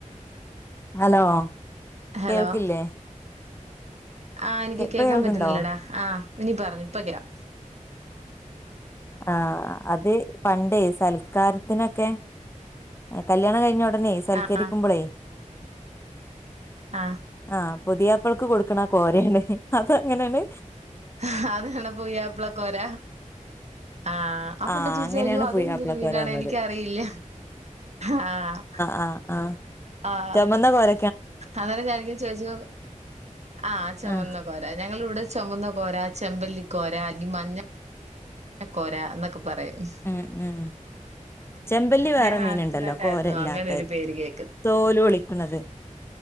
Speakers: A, on the left; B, on the right.
A: Hello
B: hello
A: കേൾക്കില്ലേ.
B: ആഹ് എനിക്ക്
A: ഇപ്പൊ
B: കേൾക്കാൻ
A: കേൾക്കണ്ടോ
B: പറ്റുന്നില്ലടാ ആ ഇനി പറഞ്ഞോ ഇപ്പകേക്കാം.
A: ആഹ് അത് പണ്ടേ സൽക്കാരത്തിനൊക്കെ. കല്യാണം കഴിഞ്ഞ ഉടനെ സൽക്കരിക്കുമ്പളേ
B: ആഹ് ആഹ്.
A: ആഹ് പുതിയപ്പളക്ക് കൊടുക്കണ കോരേണ് അത് അങ്ങനെണ്
B: ആഹ് അതാണ് പുത്യാപളകോര. ആഹ് അപ്പൊ
A: ആ
B: എന്താ ചോദിച്ചെ
A: അങ്ങനെയാണ്
B: അയ്യോ അതൊന്തരു
A: പുതിയാപ്പളക്കോര
B: മീനാണ്
A: വന്നത്
B: എനിക്കറിയില്ല. ആഹ്.
A: അഹ് ആഹ്.
B: ആഹ്.
A: വന്ന കോര
B: അന്നേരം ഞാനക്ക ചോദിച്ചു ആഹ് ചുമന്ന
A: ആ
B: കോരാ ഞങ്ങള് ഇവിടെ ചൊമന്ന കോര ചെമ്പല്ലിക്കോര അല്ലി മഞ്ഞ. കോരാ എന്നൊക്കെ പറയും.
A: ഉം ഉം ചെമ്പല്ലി വേറെ
B: ഞാൻ
A: മീന്ണ്ടല്ലോ
B: ആദ്യമായിട്ടായിരുന്നു
A: കോരല്ലാത്തത്.
B: അങ്ങനെ ഒരു പേര് കേൾക്കുന്നത്
A: തോലു പൊളിക്കണത്